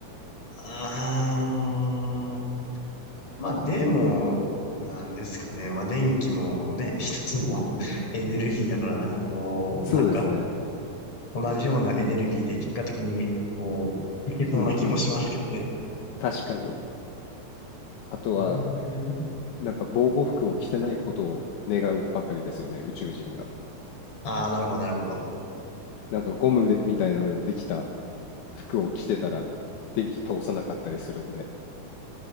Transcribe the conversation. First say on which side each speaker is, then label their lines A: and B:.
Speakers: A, on the left; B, on the left.
A: あー、まあでも、なんですかね。まあ電気もね、<laughs> 一つの <laughs> エネルギーだから、なんかこう、
B: そうですね。
A: なんか同じようなエネルギーで結果的に、こう、いけそうな気もしますけどね。
B: うんうん。確かに。あとは、
A: うーん。
B: なんか防護服を着てないことを願うばかりですよね、宇宙人が。
A: ああ、なるほど、なるほど。
B: なんかゴムでみたいなのでできた服を着てたら電気通さなかったりするんで